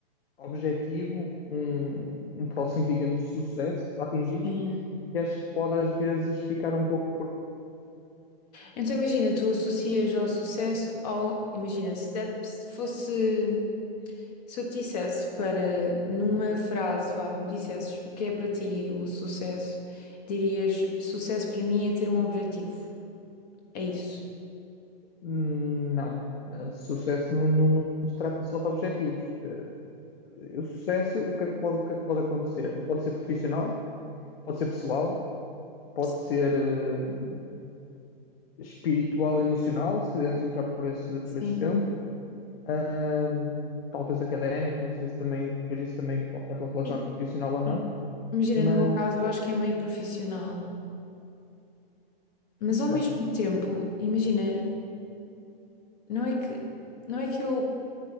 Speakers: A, on the left; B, on the left.
A: objetivo, um, um próximo, digamos, sucesso a atingir,
B: Sim.
A: e acho que pode às vezes ficar um pouco por.
B: Então imagina, tu associas ao sucesso ao, imagina, se der, se fosse Se eu te dissesse para, numa frase, vá, me dissesses o que é para ti o sucesso, dirias: sucesso para mim é ter um objetivo. É isso.
A: hum, Não. Eh, Sucesso não, não, não se trata só de objetivos. Eh, o sucesso, o que é que pode, o que é que pode acontecer? Pode ser profissional, pode ser pessoal, pode
B: Sim,
A: ser uh, espiritual e emocional, se quisermos entrar por esse,
B: sim,
A: por esse campo. Uh, talvez académico, não sei se também depois isso também pode estar relacionado
B: Sim.
A: com profissional ou não,
B: sim. Imagina,
A: mas
B: no meu caso, eu acho que é meio profissional, mas ao
A: pronto.
B: mesmo tempo, imagina, não é que, não é que eu,